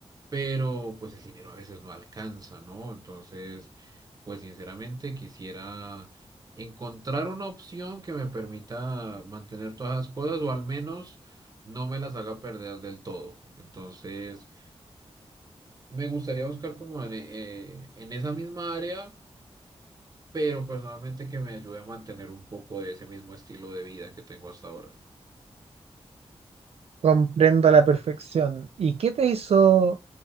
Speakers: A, on the right; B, on the right.
A: pero pues el dinero a veces no alcanza, ¿no? Entonces, pues sinceramente quisiera encontrar una opción que me permita mantener todas las cosas o al menos no me las haga perder del todo. Entonces, me gustaría buscar como en, eh, en esa misma área, pero personalmente que me ayude a mantener un poco de ese mismo estilo de vida que tengo hasta ahora.
B: Comprendo a la perfección. ¿Y qué te hizo